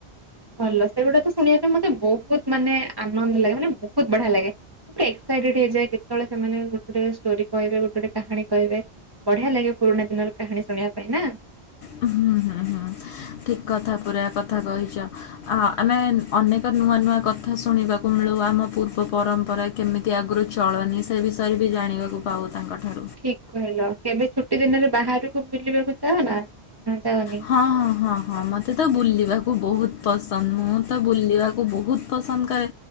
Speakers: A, on the right; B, on the left.
A: ଭଲ ସେଗୁଡାକ ଶୁଣିବା ପାଇଁ ମତେ ବୋହୁତ ମାନେ ଆନନ୍ଦ ଲାଗେ ମାନେ ବୋହୁତ ବଢିଆ ଲାଗେ। ମୁଁ ପୁରା ଏକ୍ସାଇଟେଡ ହେଇଯାଏ କେତେବେଳେ ସେମାନେ ଗୋଟେ ଗୋଟେ ଷ୍ଟୋରି କହିବେ ଗୋଟେ ଗୋଟେ କାହାଣୀ କହିବେ ବଢିଆ ଲାଗେ ପୁରୁଣା ଦିନର କାହାଣୀ ଶୁଣିବା ପାଇଁ ନା।
B: ହୁଁ ହୁଁ ହୁଁ ଠିକ୍ କଥା ପୁରା କଥା କହିଚ। ଆ ଆମେ ଅନେକ ନୂଆ ନୂଆ କଥା ଶୁଣିବାକୁ ମିଳୁ ଆମ ପୂର୍ବ ପରମ୍ପରା କେମିତି ଆଗରୁ ଚଳନି ସେ ବିଷୟରେ ବି ଜାଣିବାକୁ ପାଉ ତାଙ୍କଠାରୁ।
A: ଠିକ୍ କହିଲ କେବେ ଛୁଟି ଦିନରେ ବାହାରକୁ ବୁଲିବାକୁ ଯାଅ ନା ନା ଯାଅନି?
B: ହଁ ହଁ ହଁ ହଁ ମୋତେ ତ ବୁଲିବାକୁ ବୋହୁତ ପସନ୍ଦ ମୁଁ ତ ବୁଲିବାକୁ ବୋହୁତ ପସନ୍ଦ କରେ।